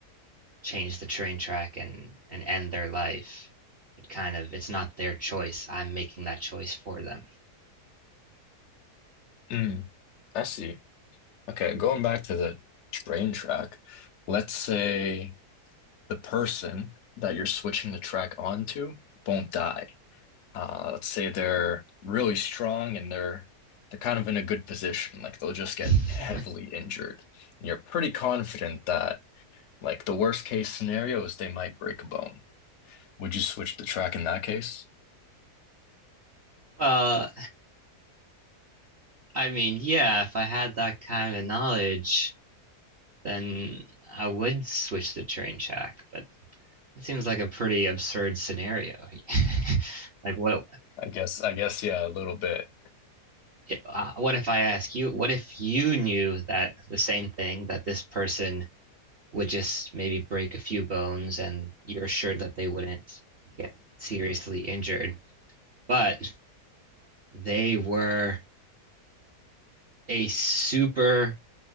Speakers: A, on the right (about 50°); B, on the left (about 65°).
A: change the train track and, and end their life, it kind of, it's not their choice. I'm making that choice for them.
B: Mm, I see. Okay, going back to the train track, let's say the person that you're switching the track onto won't die. Uh, let's say they're really strong and they're they're kind of in a good position, like they'll just get
A: <laughs>
B: heavily injured. And you're pretty confident that Like the worst case scenario is they might break a bone. Would you switch the track in that case?
A: Well, I mean, yeah, if I had that kind of knowledge, then I would switch the train track, but That seems like a pretty absurd scenario. <laughs> Like what
B: I guess, I guess, yeah, a little bit.
A: uh, what if I ask you, what if you knew that the same thing that this person would just maybe break a few bones and you're sure that they wouldn't get seriously injured, but they were a super